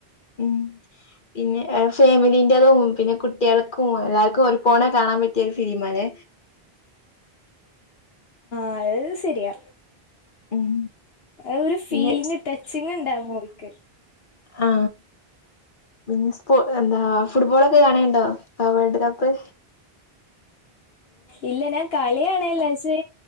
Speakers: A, on the left; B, on the left.
A: ഉം പിന്നെ ഏഹ് ഫാമിലീൻ്റെതും പിന്നെ കുട്ട്യേൾക്കും എല്ലാർക്കും ഒരു പോണെ കാണാൻ പറ്റ്യൊരു ഫിലിമാലെ
B: പയേസ് തെരിയാ
A: ഉം
B: ആ ഒരു ഫീലിംഗ്
A: പിന്നെ
B: ടച്ചിങ് ണ്ടാ മൂവിക്ക്.
A: ആ പിന്നെ സ്കൂ എന്താ ഫുട്ബോളൊ ക്കെ കാണേണ്ടോ? ആ വേൾഡ് കപ്പ്‌.
B: ഇല്ല ഞാൻ കളി കാണേല്ല പഷേ